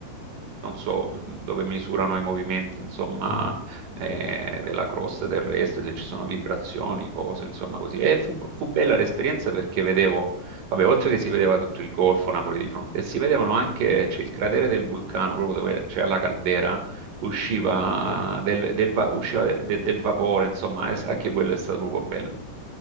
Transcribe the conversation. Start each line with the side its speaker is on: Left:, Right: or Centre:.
Right: non so, mm, dove misurano i movimenti, insomma,
Left: Mm.
Right: eh,
Left: Sì,
Right: della crosta terrestre, se ci sono vibrazioni, cose, insomma, così. E fu, fu bella l'esperienza perché vedevo, vabbè, oltre che si vedeva tutto il Golfo Napoli di fronte, e si vedevano anche, c'è il cratere del vulcano, proprio dove c'è la caldera, usciva
Left: sì.
Right: del, del va- usciva de- del vapore, insomma, es- anche quello è stato proprio bello.